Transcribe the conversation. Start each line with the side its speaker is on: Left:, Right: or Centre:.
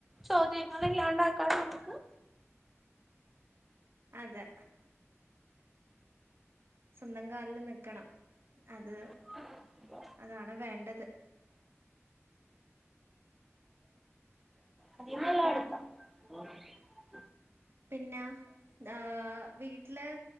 Centre: ചോദ്യങ്ങള് ഇല്ലാണ്ടാക്കാൻ നമുക്ക്
Right: അതെ. സ്വന്തം കാലിൽ നിക്കണം. അത്
Centre: <inaudible>
Right: അതാണ് വേണ്ടത്.
Centre: അതിന്നല്ല എടുക്കാം <unintelligible>
Right: പിന്നെ... ആഹ് വീട്ടില്